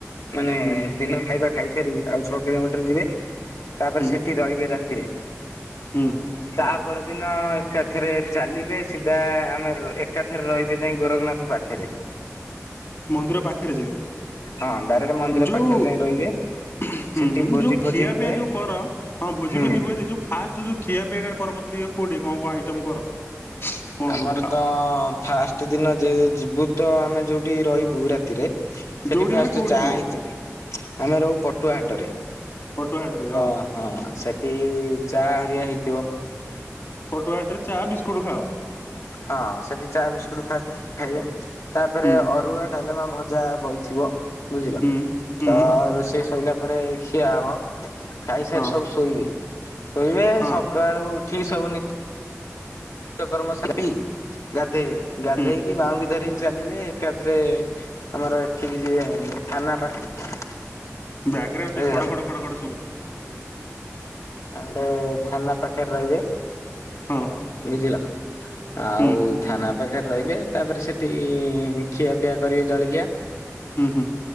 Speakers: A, on the left; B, on the left.
A: ମାନେ
B: ହୁଁ।
A: ଦିନ ଖାଇବା। ଖାଇସାରି ଆଉ ଛଅ କିଲୋମିଟର ଯିବେ ତାପରେ
B: ହୁଁ
A: ସେଠି ରହିବେ ରାତିରେ।
B: ହୁଁ ହୁଁ
A: ତାପର ଦିନ ଏକାଥରେ ଚାଲିବେ ସିଧା ଆମେ ର ଏକାଥରର ରହିବେ ଯାଇଁ ଗୋରଖନା ପାଖେରେ।
B: ମନ୍ଦିର ପାଖେରେ ଯାଏ।
A: ହଁ ଡାଇରେକ୍ଟ ମନ୍ଦିର
B: ଯୋଉ
A: ପାଖେରେ ଯାଇଁ ରହିବେ।
B: ହୁଁ
A: ସେଠି
B: ହୁଁ
A: ଭୋଜି
B: ଯୋଉ
A: ଫୋଜି
B: ଖିଆ
A: ହୁଏ
B: ପିଆ ଯୋଉ କର ହଁ ଭୋଜି
A: ହୁଁ।
B: ଫୋଜି ହୁଏ ସେ ଯୋଉ ଫା ତୁ ଯୋଉ ଖିଆପିଆ ଟା କର ମତେ ଟିକେ କୋଉଠି କଣ କଣ ଆଇଟମ କର? କଣ
A: ଆମର
B: କଣ ଖାଅ
A: ତ ଫାର୍ଷ୍ଟ ଦିନ ଯେ ଯିବୁ ତ ଆମେ ଯୋଉଠି ରହିବୁ ରାତିରେ। ସେଠି
B: ଯୋଉଠି
A: ଫାର୍ଷ୍ଟେ
B: ମାନେ କୋଉଠି
A: ଚା
B: ରୁହ
A: ହେଇଛି ଆମେ ରହୁ ପଟୁଆ ହାଟରେ।
B: ପାଟୁଆ ହାଟରେ
A: ତ
B: ହଁ।
A: ହଁ ସେଠି ଚା ହରିକା ହେଇ
B: ପଟୁଆ ହାଟରେ ଚା, ବିସ୍କୁଟୁ ଖାଅ?
A: ହଁ ସେଠି ଚା, ବିସ୍କୁଟ ଫାଷ୍ଟ ଖାଇବେ ତାପରେ
B: ହୁଁ
A: ଅରୁଆ, ଡ଼ାଲମା, ଭଜା ବଇଥିବ ବୁଝିଲ
B: ହୁଁ ହୁଁ
A: ତ ରୋଷେଇ ସୋଇଲା ତାପରେ ଖିଆ ହବ ଖାଇସାରି
B: ହଁ
A: ସବୁ ଶୋଇବେ, ଶୋଇବେ ସ
B: ହଁ
A: ସକାଳୁ ଉଠି ସବୁ ନତି ନିତ୍ୟ କର୍ମ ସାରି ଗାଧେଇବେ ଗାଧେଇ
B: ହୁଁ
A: ବାଉଙ୍ଗି ଧରିକି ଚାଲିବେ ଏକାଥରେ ଆମର ଏଠିକି ଯିବେ ଥାନା ପାଖକୁ।
B: ବ୍ୟାଗ୍ରାରାଉଣ୍ଡ ଟିକେ
A: ବୁଝିଲ
B: ଖଡ଼ ଖଡ଼ ଖଡ଼ ଖଡ଼ ସବୁଛି।
A: ଆଣ୍ଡ ଥାନା ପାଖରେ ରହିବେ।
B: ହଁ।
A: ବୁଝିଲ ଆଉ
B: ହୁଁ
A: ଥାନା ପାଖରେ ରହିବେ ତାପରେ ସେଠି ଖିଆପିଆ କରିବେ ଜଳଖିଆ।
B: ହୁଁ।